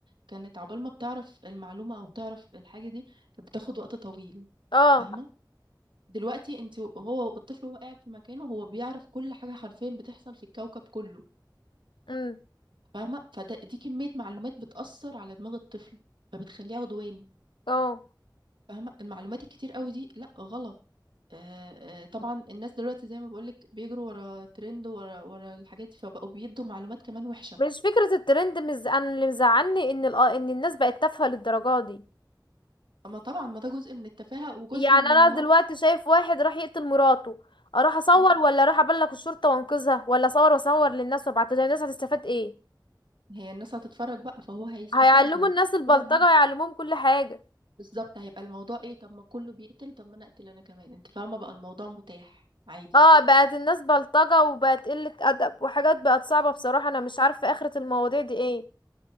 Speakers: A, on the right; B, on the left.
A: كانت عقبال ما بتعرف المعلومة أو تعرف الحاجة دي كانت بتاخد وقت طويل
B: اه
A: فاهمة دلوقتي انت و- هو الطفل وهو قاعد في مكانه هو بيعرف كل حاجة حرفيا بتحصل في الكوكب كله
B: امم
A: فاهمة فده دي كمية معلومات بتأثر على دماغ الطفل فبتخليه عدواني
B: اه
A: فاهمة المعلومات الكتير قوي دي لا غلط آه، آه، طبعا الناس دلوقتي زي ما بقولك بيجروا ورا ترند ورا ورا الحاجات دي فبقوا بيدوا معلومات كمان وحشة
B: مش فكرة الترند مز... أنا اللي مزعلني ان ال... آه، ان الناس بقت تافهة للدرجة دي
A: اما طبعا ما ده جزء من التفاهة وجزء
B: يعني
A: من
B: انا
A: ان هو
B: دلوقتي شايف واحد راح يقتل مراته اروح اصور
A: اه
B: ولا اروح ابلغ الشرطة وانقذها ولا اصور واصور للناس وابعتها للناس هتستفاد ايه
A: هي الناس هتتفرج بقى فهو هيستفاد
B: هيعلموا
A: هو
B: الناس البلطجة
A: كل الناس
B: هيعلموهم كل حاجة
A: بالظبط هيبقى الموضوع ايه طب ما كله بيقتل طب ما انا اقتل انا كمان انت فاهمة بقى الموضوع متاح عادي
B: اه بقت الناس بلطجة وبقت قلة أدب وحاجات بقت صعبة بصراحة أنا مش عارفة آخرة المواضيع دي ايه